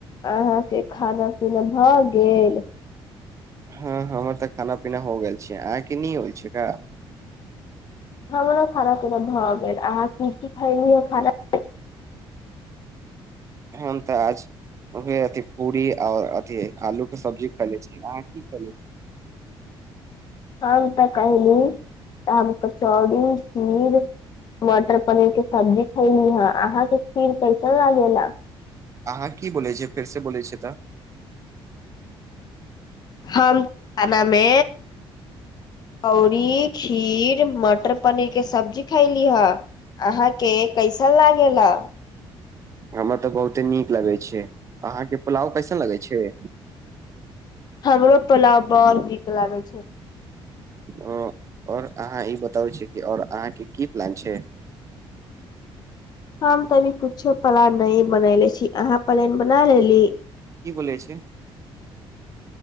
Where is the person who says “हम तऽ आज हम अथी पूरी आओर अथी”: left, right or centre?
Right